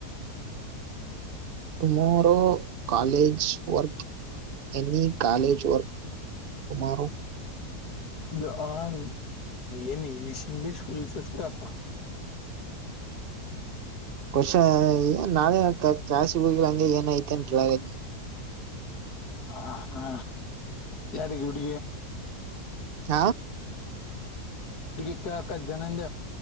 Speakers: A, on the right; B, on the left.
A: tomorrow college work any college work Kumar
B: the on ಏನ್ ಇಂಗ್ಲಿೀಷ್ ಇಂಗ್ಲಿೀಷ್ ಫುಲ್ ಫಿಫ್ಟ ಅತ್ತ
A: ಕಷ ನಾಳೆ ಕಾಾಸಿ ಹೋಗಿಂಗೆ ಏನಐತಿ ಅನ್ ಕೇಳಾಗೈ
B: ಹ ಹಾ ಯದಕ್ಕೆ ಬಿಡ
A: ಹ
B: ಗ ಕೇಳಕ್ಕ ಜನಂದ